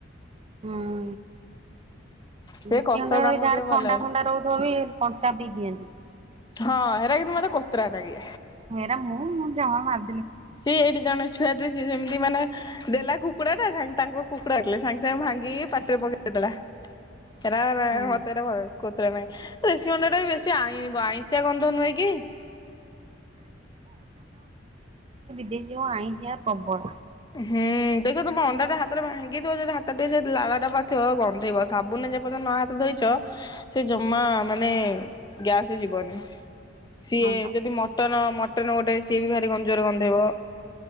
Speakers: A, on the right (about 30°); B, on the left (about 20°).
A: ହଁ।
B: ସେ
A: ଦେଶି
B: କଷା
A: ଅଣ୍ଡା
B: ତାଙ୍କୁ
A: ବି ଯହାର
B: ଟିକେ ଭଲ
A: ଥଣ୍ଡା
B: ଲାଗେ।
A: ଫଣ୍ଡା ରହୁଥିବ ବି କଞ୍ଚା ବି ଦିଅନ୍ତି।
B: ହଁ ହେରାକିନ୍ତୁ ମତେ କତୋରାନାଗେ।
A: ହେରା ମୁଁମୁଁ ଜମା ମାର
B: ସିଏ ଏଇଠି ଜଣେ ଛୁଆ ଦେଇଛି ଯେମିତି ମାନେ ଦେଲା କୁକୁଡ଼ା ଟା ସା ତାଙ୍କ କୁକୁଡ଼ା କିଲେ ସାଙ୍ଗେ ସାଙ୍ଗେ ଭାଙ୍ଗି ପାଟିରେ ପକେଇଦେ ଦେଲା ହେରା ରା
A: ହୁଁ
B: ମତେ ହେରା। ନାଇ ଦେଶୀ ଅଣ୍ଡା ଟା ବି ବେଶି ଆଇଁ ଆଇଁଷିଆ ଗନ୍ଧ ନୁହେଁ କି?
A: ସିଏ ଯୋଉ ଆଇଁଶିଆ ପ୍ରବଳ।
B: ହୁଁ ଦେଖିବ ତମେ ଅଣ୍ଡା ଟା ହାତରେ ଭାଙ୍ଗି ଦିଅ ଯଦି ହାତରେ ଟିକେ ସେ ଲାଳ ଟା ପଡଥିବ ଗନ୍ଧେଇବ ସାବୁନ ରେ ଯେପର୍ଜନ୍ତ୍। ନ ହାତ ଧୋଇଚ। ସେ ଜମା ମାନେ ଗ୍ୟାସ ଯିବନି ସିଏ
A: ହଁ ବା।
B: ଯଦି ମଟନ। ଗୋଟେ ସିଏ ବି ଭାରି କମଜୋର ଗନ୍ଧେଇବ।